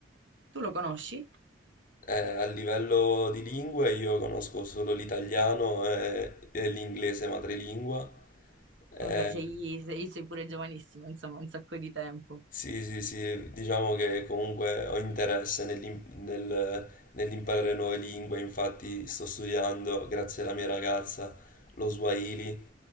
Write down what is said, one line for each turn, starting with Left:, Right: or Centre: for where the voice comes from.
Right: Tu lo conosci?
Left: eh, a livello di lingue io conosco solo l'italiano e, e l'inglese madrelingua. eh,
Right: Vabbè, sei, sei, sei pure giovanissimo, insomma, un sacco di tempo.
Left: Sì, sì, sì, diciamo che comunque ho interesse nell'im- nel- nell'imparare nuove lingue, infatti sto studiando, grazie alla mia ragazza, lo Swahili,